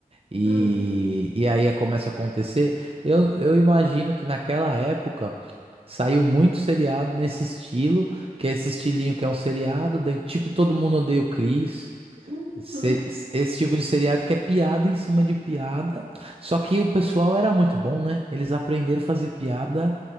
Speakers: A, on the right; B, on the right.
A: e,
B: hum,
A: e aí começa a acontecer. Eu, eu imagino que naquela época saiu muito seriado nesse estilo, que é esse estilinho que é um seriado, de- tipo Todo Mundo Odeia o Chris.
B: hum,
A: Se-
B: hum.
A: Esse tipo de seriado que é piada em cima de piada. Só que o pessoal era muito bom, né? Eles aprenderam a fazer piada